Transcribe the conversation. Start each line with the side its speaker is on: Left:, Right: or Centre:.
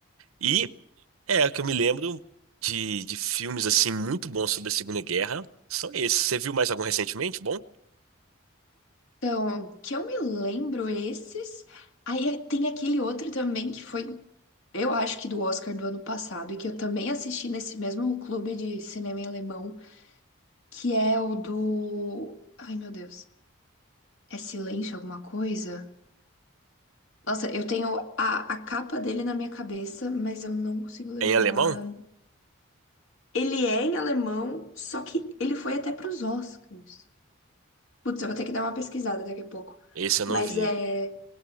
Right: E é o que eu me lembro de, de filmes assim muito bons sobre a Segunda Guerra. São esses. Você viu mais algum recentemente? Bom?
Left: Então, que eu me lembro esses. Aí tem aquele outro também que foi, eu acho que do Oscar do ano passado, e que eu também assisti nesse mesmo clube de cinema em alemão, que é o do. Ai, meu Deus. É silêncio alguma coisa? Nossa, eu tenho a, a capa dele na minha cabeça, mas eu não consigo lembrar.
Right: é Em alemão?
Left: Ele é em alemão, só que ele foi até pros Oscars. Putz, eu vou ter que dar uma pesquisada daqui a pouco.
Right: Esse eu não
Left: Mas
Right: vi.
Left: é.